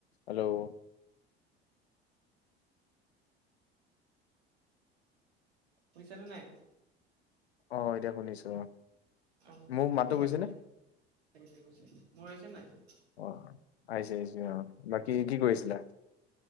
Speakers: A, on the left; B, on the right.
A: Hello
B: শুনিচা নে নাই?
A: অ এতিয়া শুনিছোঁ অ
B: অ
A: মোৰ
B: মাটতো
A: মাতটো
B: ভাল
A: গৈছে নে
B: মোৰ আহিছে নাই <unintelligible>
A: অ আহিছে আহিছ আহ বাকী কি কৰিছিলা